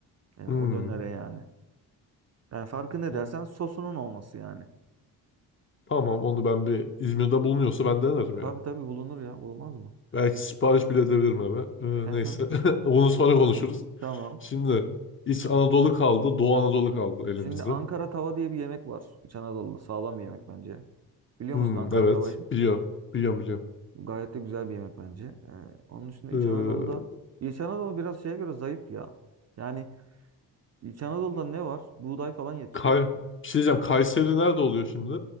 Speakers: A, on the right (about 35°); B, on the left (about 25°).
A: e,
B: Hmm.
A: o dönere yani. Yani farkı ne
B: O-
A: dersen sosunun olması yani.
B: Tamam onu ben bir İzmir'de bulunuyorsa ben denerim ya.
A: Tabii tabii bulunur ya. Bulunmaz mı?
B: Belki sipariş bile edebilirim eve. Ee,
A: <laughs>
B: neyse. <laughs> Bunu sonra konuşuruz.
A: Tamam.
B: Şimdi İç Anadolu kaldı. Doğu Anadolu kaldı elimizde.
A: Şimdi Ankara tava diye bir yemek var. İç Anadolu'da sağlam bir yemek bence. Biliyor
B: Hmm,
A: musun Ankara
B: evet.
A: tavayı?
B: Biliyor. Biliyorum biliyorum.
A: Gayet de güzel bir yemek bence. Ee, onun dışında
B: Ee,
A: İç Anadolu'da İç Anadolu biraz şeye göre zayıf ya. Yani İç Anadolu'da ne var? Buğday falan yetişiyor
B: Kay
A: değil
B: bir
A: mi?
B: şey diyeceğim. Kayseri nerede oluyor şimdi?